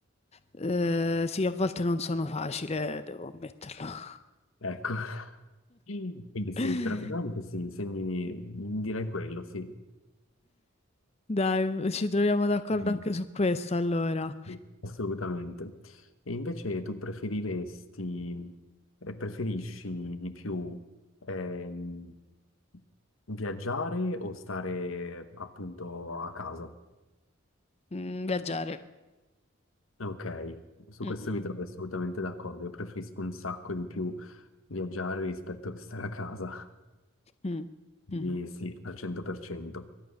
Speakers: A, on the left (about 30°); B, on the left (about 80°).
A: eh, sì, a volte non sono facile, devo ammetterlo.
B: ecco, quindi sì,
A: <laughs>
B: praticamente sì, segni, direi quello, sì.
A: Dai, ci troviamo d'accordo
B: Mm.
A: anche su questo, allora.
B: Sì, Assolutamente. E invece tu preferiresti, eh, preferisci di più ehm, viaggiare o stare appunto a casa?
A: Mm, viaggiare.
B: Ok, su
A: Mm,
B: questo
A: mm,
B: mi trovo assolutamente d'accordo. Io preferisco un sacco di più viaggiare rispetto che stare a casa.
A: mm, mm.
B: Quindi
A: mm.
B: sì, al 100%.